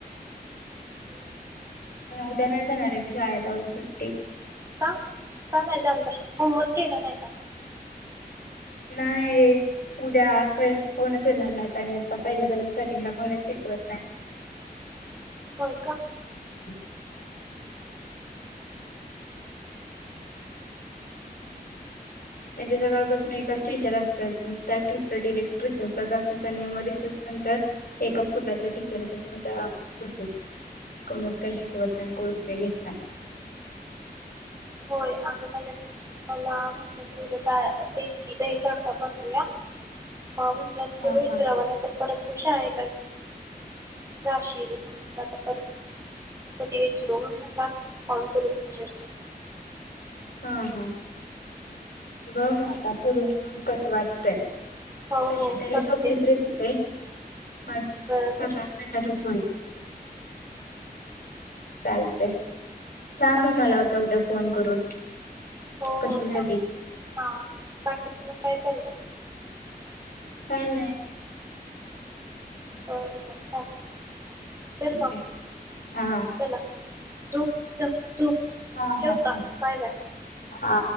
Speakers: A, on the right (about 20°); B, on the left (about 70°).
A: हम्म.
B: उद्या नाही जाणार आहे मी शाळेला उद्या सुट्टी.
A: का का नाही जाणार? होमवर्क केला नाही का? <inaudible>
B: नाही उद्या पण कोनच येणार नाहीत आणि आता पहिल्या, पहिल्या स्टार्टिंगला कोण च शिकवत नाही.
A: होय का?
B: <inaudible> त्यांच्या सकाळपासून एकाच टीचर असतात ह त्याच टीचर डिरेक्ट रिसेसला जातात आणि म रिसेस नंतर एकच कुठल्या तरी टीचर येतात मग त्या बस्त्यात. कोणच काही शिकवत नाही आणि कोणच काही घेत नाही.
A: होय अगं मला, मला म्हणले तेच की दही तडका बनवूया. मा म्हटल्या तुला
B: हा
A: विचारावा
B: हा
A: नाही तर परत तू शाळेला. जाशील मग म्हणला तर परत कधी विचारू मग म्हंटले आताच कॉल करून विचारते
B: हा हा म म आता करून कस वाटतय.
A: हो
B: तशी
A: हो
B: तरी
A: करते
B: सोपीच रेसिपी आहे. आज
A: बरोबर
B: सात आठ मिनिटातच होईल. चालतंय. सांग
A: बाकी
B: मग मला होता उद्या फोन करून.
A: हो
B: कशी
A: हो
B: झाली
A: सांगते हा बाकीच लोक आहेत. चालले.
B: काय नाही.
A: बर बर चालतंय. चल
B: ठीक
A: मग
B: आहे हा
A: चला. झोप जा. झोप
B: हा
A: ठेवू
B: हा
A: का बाय बाय.
B: हा.